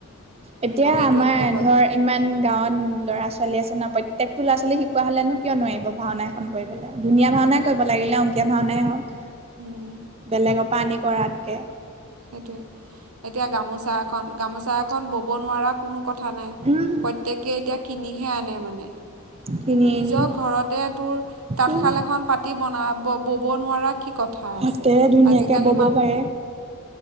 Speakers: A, on the right; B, on the right.
A: এতিয়া
B: আমি
A: আমাৰ
B: এইটো এনেকৈ বজাই
A: ধৰ ইমান গাঁৱত ল'ৰা ছ ছোৱালী আছে ন প্ৰত্যয়কটো ল'ৰা ছোৱালী শিকোৱা হলেনো কিয় নোৱাৰিব ভাওনা এখন কৰিবলৈ? ধুনীয়া
B: উম
A: ভাওনাই কৰিব লাগিলে অংকীয়া ভাওনাই হওক
B: উম
A: বেলেগৰ পৰা আনি কৰাতকে
B: সেইটোৱে এতিয়া গামোচা এখন গামোচা এখন বব নোৱাৰা কোনো কথা নাই
A: উম
B: প্ৰত্যেকে এতিয়া কিনিহে আনে মানে
A: কিনি
B: কিন্তু নিজৰ
A: আনি।
B: ঘৰতে তোৰ তাঁতশাল
A: উম,
B: এখন পাতি বনা বব নোৱাৰা কি কথা
A: হাতেৰে
B: আছে
A: ধুনীয়াকে
B: আজিকালি
A: বব
B: মান
A: পাৰে।